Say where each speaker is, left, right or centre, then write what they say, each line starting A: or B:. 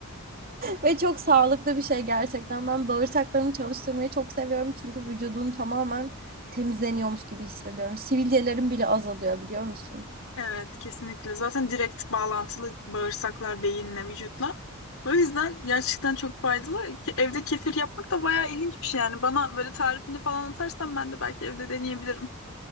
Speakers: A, on the right; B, on the left.
A: Ve çok sağlıklı bir şey gerçekten. Ben bağırsaklarımı çalıştırmayı çok seviyorum çünkü vücudun tamamen temizleniyormuş gibi hissediyorum. Sivilcelerim bile azalıyor biliyor musun?
B: Evet, kesinlikle. Zaten direkt bağlantılı bağırsaklar beyinle, vücutla. O yüzden gerçekten çok faydalı. Ki Evde kefir yapmak da bayağı ilginç bir şey yani. Bana böyle tarifini falan atarsan ben de belki evde deneyebilirim.